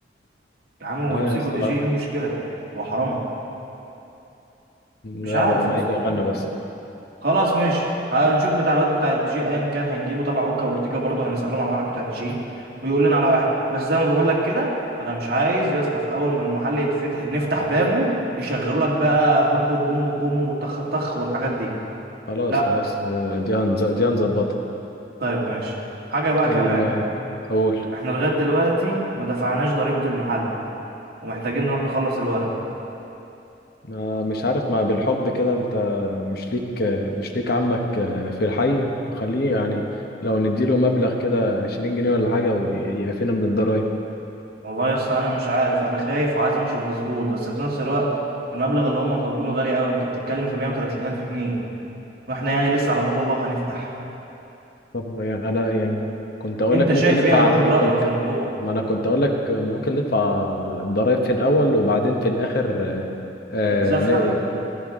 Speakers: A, on the right (about 55°); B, on the left (about 55°).
A: يا عم ويمسكوا
B: لا يا اسطى
A: دي
B: لا
A: جي ايه المشكلة هو حرام
B: لا
A: مش عارف
B: لا هم
A: يا
B: هيجوا
A: اسطى
B: يغنوا
A: ما-
B: بس
A: خلاص ماشي هنشوف بتاع الواد بتاع الدي جي ايا كان هنجيبه تبع اوكا وارتيجا برضه هنسألهم على واحد بتاع الدي جي ويقول لنا على واحد بس زي ما بقول لك كده انا مش عايز يا اسطى في اول ما المحل يتفتح نفتح بابه يشغلوا لك بقى هوب بوم بوم وطخ طخ والحاجات دي
B: خلاص
A: لا
B: خلاص آه، دي هنز- دي هنظبطها
A: طيب ماشي حاجة بقى
B: ال-
A: كمان
B: قول
A: احنا لغاية دلوقتي ما دفعناش ضريبة المحل ومحتاجين نروح نخلص الورق
B: ما- مش عارف ما بالحب كده انت مش ليك مش ليك عمك آه، في الحي خليه يعني لو نديله مبلغ كده 20 جنيه ولا حاجة ويعفينا من الضرايب
A: والله يا اسطى انا مش عارف انا خايف وعايز امشي مظبوط بس في نفس الوقت المبلغ اللي هم طالبينه غالي قوي انت بتتكلم في 130 الف جنيه واحنا يعني لسه على باب الله هنفتح
B: طب يعني انا يعني كنت اقول
A: انت
B: لك
A: شايف
B: ممكن ندفع
A: ايه انا باخد رايك
B: كنت
A: في الموضوع
B: ما انا كنت اقول لك ممكن ندفع ضرائب في الاول وبعدين في الاخر آه،
A: اتسفلق
B: ن-